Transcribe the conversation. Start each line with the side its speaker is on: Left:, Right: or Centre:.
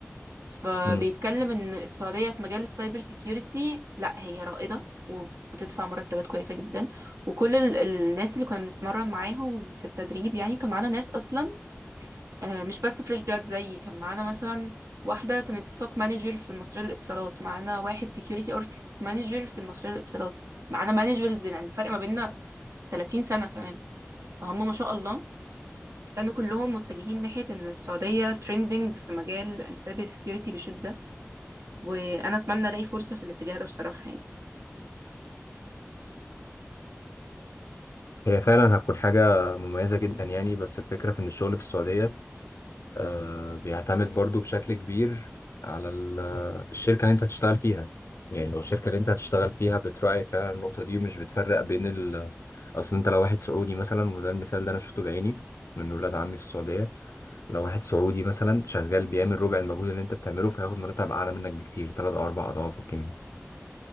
Right: فبيتكلم
Left: مم.
Right: ان السعودية في مجال السايبر سيكيورتي لا هي رائدة وبتدفع مرتبات كويسة جدا وكل ال- الناس اللي كنا بنتمرن معاهم في التدريب يعني كان معانا ناس اصلا آه، مش بس فريش جراد زيي كان معانا مثلا واحدة كانت سوك مانجر في المصرية للاتصالات معانا واحد سيكيورتي اركتكت مانجر في المصرية للاتصالات معانا مانجرز يعني فرق ما بيننا 30 سنة كمان فهم ما شاء الله كانوا كلهم متجهين ناحية ان السعودية ترندنج في مجال السايبر سيكيورتي بشدة وانا اتمنى الاقي فرصة في الاتجاه ده بصراحة يعني
Left: هي فعلا هتكون حاجة مميزة جدا يعني بس الفكرة في ان الشغل في السعودية آه بيعتمد برضو بشكل كبير على ال- الشركة اللي انت هتشتغل فيها يعني لو الشركة اللي انت هتشتغل فيها بتراعي فعلا النقطة دي ومش بتفرق بين ال اصل انت لو واحد سعودي مثلا وده المثال ده انا شفته بعيني من ولاد عمي في السعودية لو واحد سعودي مثلا شغال بيعمل ربع المجهود اللي انت بتعمله فهياخد مرتب اعلى منك بكتير تلات او اربع اضعافك يعني